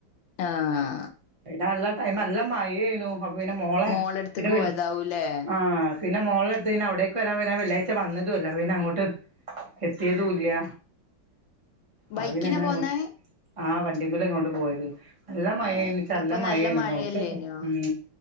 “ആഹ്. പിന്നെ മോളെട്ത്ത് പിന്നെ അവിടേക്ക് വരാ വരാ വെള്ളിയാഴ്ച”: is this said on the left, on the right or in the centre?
Right